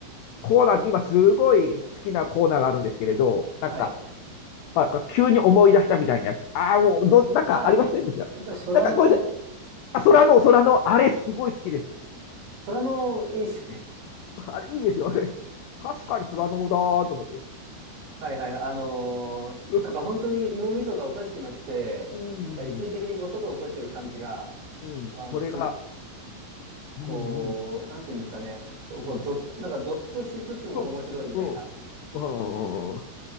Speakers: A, on the left (about 85°); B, on the right (about 50°).
A: コーナー、今すごい好きなコーナーがあるんですけれど、なんか、
B: はい。
A: まあ、急に思い出したみたいなやつ。ああ、もう、ど、なんかありませんでした。
B: あ、えっと、空の、
A: なんか、ごめんなさい。あ、空の、空の、あれすごい好きです。
B: 空の、いいっすね。
A: あれいいですよね。<laughs> 確かにスラノーだーと思って。
B: はいはい。あのーなんか本当に脳みそがおかしくなって、
A: <laughs> うん、
B: なんか一時的に誤作動を起こしてる感じが、
A: うん、
B: あの、
A: それが、
B: すっこう、
A: うん、うん、
B: なんていうんですかね、こう、
A: うん、
B: ぞ、なんか、ぞっとしつつも面白いみたいな。
A: そう、うん、うん、